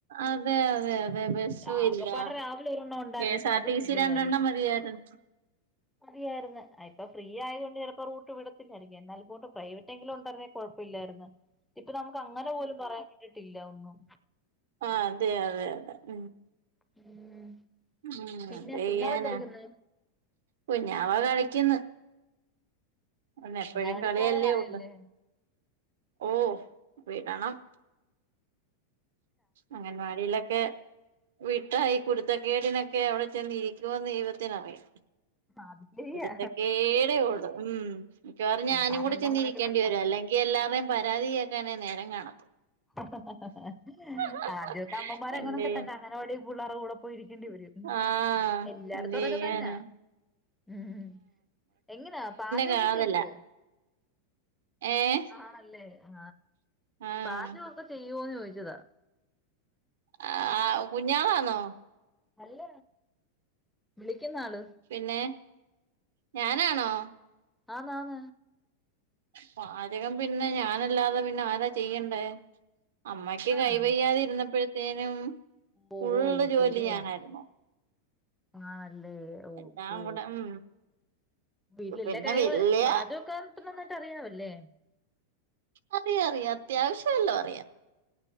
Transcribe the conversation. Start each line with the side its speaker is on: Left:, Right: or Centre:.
Right: അതെ അതെ അതെ ബസും
Centre: ആകെപ്പാടെ
Right: ഇല്ല
Centre: രാവിലെ ഒരെണ്ണം ഉണ്ടായിരുന്നു
Right: കെ എസ്
Centre: ഇപ്പൊ
Right: ആർ
Centre: അതും
Right: ടി
Centre: ഇല്ലാതായി
Right: സി രണ്ടെണ്ണം മതിയായിരുന്നു. <inaudible>
Centre: മതിയായിരുന്നു അ ഇപ്പൊ ഫ്രീ ആയത് കൊണ്ട് ചിലപ്പോ റൂട്ട് വിടത്തിയിരി എന്നാലൽപോണ്ടും പ്രൈവറ്റങ്കിലും ഉണ്ടായിരുന്നേ കുഴപ്പില്ലായിരുന്നു ഇപ്പൊ നമുക്ക് അങ്ങനെ പോലും പറയാൻ വേണ്ടിട്ട് ട്ടില്ല ഒന്നും.
Right: ആ അതെ അതെ അതെ ഉം.
Centre: ഉം
Right: ഉം
Centre: പിന്നെ
Right: അത് ചെയ്യാനാ
Centre: കുഞ്ഞാളെന്തെടുക്കുന്നു
Right: കുഞ്ഞാവ കളിക്ക്ന്ന്. അവന് എപ്പോഴും
Centre: അങ്ങനവാടി
Right: കളിയല്ലേ
Centre: പോവാറായല്ലേ
Right: ഉള്ളു. ഓ വിടണം അംഗൻവാടിയില ക്കെ വിട്ടാ ഈ കുരുത്തക്കേടിനെക്കെ അവിടെ ചെന്ന് ഇരിക്കുവോന്ന് ദൈവത്തിന് അറിയാ.
Centre: അത് ശരിയാ
Right: കുരുത്തക്കേടെ ഉള്ളൂ ഉം. മിക്കവാറുംഞാനും
Centre: പിള്ളാരെല്ലാം
Right: കൂടെ ചെന്നിരിക്കേണ്ടി
Centre: അങ്ങനൊക്കെ തന്നെ
Right: വരും അല്ലെങ്കിൽ എല്ലാവാരേയും പരാതി കേൾക്കാനെ നേരം കാണത്തു
Centre: <inaudible>
Right: <inaudible>
Centre: ആദ്യമൊക്കെ അമ്മമാര്
Right: എന്തേ
Centre: അങ്ങനൊക്കെ തന്നെ അങ്ങനവാടി പിള്ളേരുടെ കൂടെ പോയിരിക്കേണ്ടി വരും
Right: ആ
Centre: എല്ലായിടത്തും
Right: എന്തേ? ക്കേ
Centre: അതൊക്കെ
Right: യാണ്.
Centre: തന്നാ ഉം എങ്ങനാ പാചകമൊക്കെ
Right: കാതലാ
Centre: ചെയ്യുവോ?
Right: ഏഹ്
Centre: ആഹ് അല്ലേ. ആ
Right: ആഹ്
Centre: പാചകക്കെ ചെയ്യുവോന്ന് ചോദിച്ചതാ.
Right: ആ കുഞ്ഞാളാന്നോ?
Centre: അല്ല വിളിക്കുന്ന ആള്.
Right: പിന്നെ ഞാനാണോ?
Centre: ആമ ആമ.
Right: പാചകം പിന്നെ ഞാനല്ലാതെ പിന്നെ ആരാ ചെയ്യണ്ടേ. അമ്മയ്ക്ക്
Centre: ആഹ്
Right: കൈവയ്യാതി ഇരുന്നപ്പോഴത്തേനും
Centre: ഓ
Right: ഫുള്ള്
Centre: ഓ
Right: ജോലി
Centre: ശരിയാ
Right: ഞാനായിരുന്നു.
Centre: ആണല്ലേ ഓക്കേ.
Right: എല്ലാം കൂടെ ഉം
Centre: വീട്ടിലെ
Right: പിന്നെ
Centre: എല്ലാ കാര്യങ്ങള്
Right: വല്യ
Centre: പാചകക്കെ അത്ര നന്നായിട്ട് അറിയാമല്ലേ.
Right: അറിയ അറിയാ അത്യാവശ്യ വല്ലോ അറിയാം.